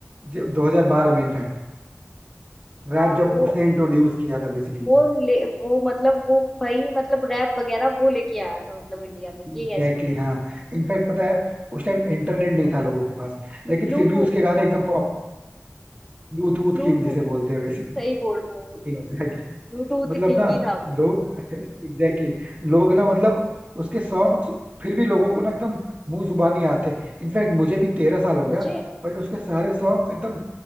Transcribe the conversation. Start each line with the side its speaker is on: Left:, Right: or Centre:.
Right: जब 2012
Centre: हाँ
Right: में इनफैक्ट रैप
Centre: हाँ
Right: जब
Centre: वो
Right: उसने इंट्रोड्यूस किया था बेसिकली
Centre: वो ले वो मतलब वो भाई मतलब रैप वगैरह वो लेके आया था मतलब इंडिया में ये
Right: एग्जैक्टली
Centre: कह सकते हैं
Right: exactly, हाँ इनफैक्ट पता है उस टाइम इंटरनेट नहीं था लोगों के पास लेकिन
Centre: ब्लूटूथ
Right: फिर भी उसके गाने एकदम पॉप ब्लूटूथ
Centre: ब्लूटूथ
Right: किंग जिसे
Centre: <laughs>
Right: बोलते हैं बेसिकली
Centre: सही बोल रहे हो बिल्कुल
Right: Exactly exactly.
Centre: ब्लूटूथ
Right: मतलब
Centre: किंग
Right: ना
Centre: ही था वो
Right: लोग <laughs> एग्जैक्टली exactly, लोग ना मतलब उसके सॉन्ग्स फिर भी लोगों को ना एकदम मुंह जुबानी आते इनफैक्ट मुझे भी तेरह साल हो
Centre: मुझे
Right: गया बट उसके सारे सॉन्ग्स एकदम